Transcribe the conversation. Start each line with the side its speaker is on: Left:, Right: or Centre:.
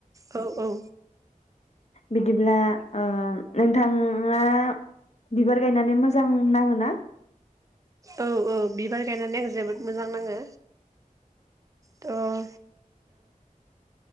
Right: औ औ
Left: बिदिब्ला ओ नोंथाङा बिबार गायनानै मोजां नाङो ना?
Right: औ औ बिबार गायनानै आं जोबोद मोजां नाङो थ ओम